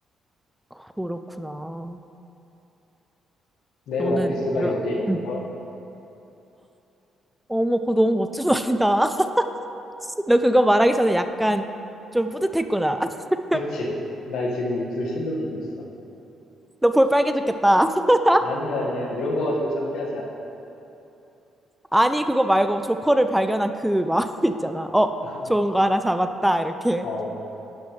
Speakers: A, in the centre; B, on the left.
A: 그렇구나.
B: 내
A: 너는
B: 원피스가
A: 이런,
B: 여기에 있는
A: 음,
B: 걸,
A: 어머, 그거 너무 멋진 말이다. <laughs> 너 그거 말하기 전에 약간 좀 뿌듯했구나. <laughs>
B: 그치. 나 지금 입술 실룩이고 있어.
A: 너 볼 빨개졌겠다. <laughs>
B: 아니야, 아니야. 이런 거 가지고 창피하지 않아.
A: 아니, 그거 말고 조커를 발견한 그 마음 있잖아.
B: <laughs>
A: 어, 좋은 거 하나 잡았다. 이렇게.
B: 어,